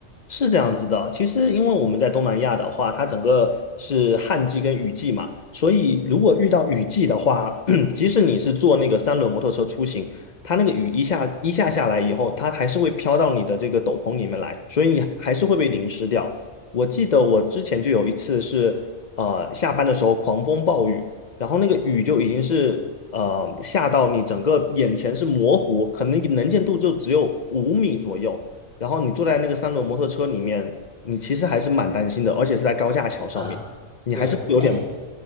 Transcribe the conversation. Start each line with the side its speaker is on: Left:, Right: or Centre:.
Left: 是这样子的，其实因为我们在东南亚的话，它整个是旱季跟雨季嘛，所以如果遇到雨季的话，<clears throat> 即使你是坐那个三轮摩托车出行，它那个雨一下一下下来以后，它还是会飘到你的这个斗篷里面来，所以你还是会被淋湿掉。我记得我之前就有一次是，呃，下班的时候狂风暴雨，然后那个雨就已经是呃下到你整个眼前是模糊，可能能见度就只有五米左右。然后你坐在那个三轮摩托车里面，你其实还是蛮担心的，而且是在高架桥上面，
Centre: 啊，
Left: 你还是有点，
Centre: 对，哎，